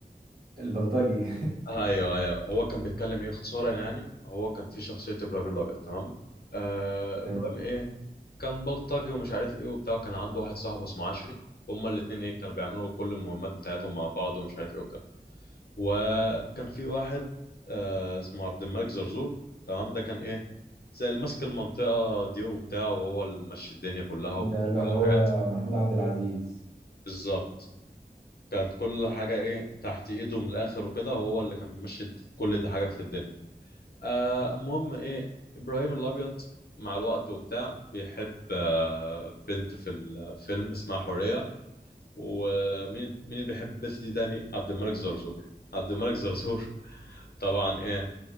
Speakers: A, on the right; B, on the left.
A: البلطجي
B: أيوه أيوه هو كان بيتكلم إيه اختصارا يعني هو كان في شخصية إبراهيم الأبيض تمام آه
A: <laughs> تمام
B: إبراهيم إيه كان بلطجي ومش عارف ايه وبتاع وكان عنده واحد صاحبه اسمه عشري هما الاتنين ايه كانوا بيعملوا كل المهمات بتاعتهم مع بعض ومش عارف ايه وكده وكان في واحد آه اسمه عبد الملك زرزور تمام ده كان ايه زي اللي ماسك المنطقة دي وبتاع وهو اللي ماشي الدنيا كلها
A: ده
B: وكل
A: اللي هو
B: حاجات
A: محمود عبد العزيز
B: بالظبط كانت كل حاجة ايه تحت ايده من الاخر وكده هو اللي كان بيمشي كل دي حاجة في الدنيا آه المهم ايه ابراهيم الابيض مع الوقت وبتاع بيحب آه بنت في الفيلم اسمها حورية ومين مين اللي بيحب البنت دي تاني عبد الملك زرزور عبد الملك زرزور <laughs> طبعا ايه